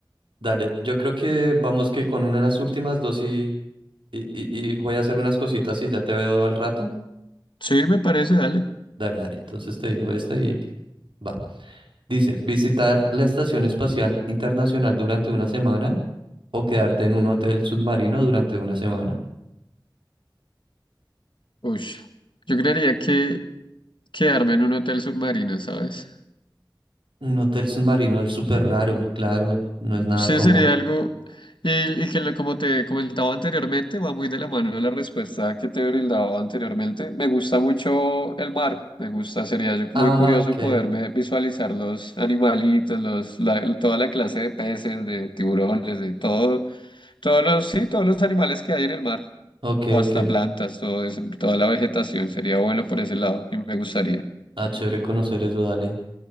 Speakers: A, on the right; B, on the left.
A: dale, yo creo que vamos que con una de las últimas dos y, y, y- y voy a hacer unas cositas y ya te veo al rato.
B: Sí, me parece, dale.
A: Dale, dale, entonces te digo esta y va. Dice, visitar la Estación Espacial Internacional durante una semana o quedarte en un hotel submarino durante una semana.
B: Uy, yo creería que quedarme en un hotel submarino, ¿sabes?
A: Un hotel submarino es súper raro, claro, no es nada
B: Sí,
A: común.
B: sería algo, y, y que lo- como te comentaba anteriormente, va muy de la mano de la respuesta que te brindaba anteriormente. Me gusta mucho el mar, me gusta, sería yo
A: Ah,
B: muy curioso
A: ok,
B: poder ve- visualizar los animalitos, los, la- toda la clase de peces, de tiburones, de todo, todos los, sí, todos los animales que hay en el mar,
A: ok,
B: o
A: ok.
B: hasta plantas, todo ese- toda la vegetación, sería bueno por ese lado, y me gustaría.
A: Ah, chévere conocer eso, dale.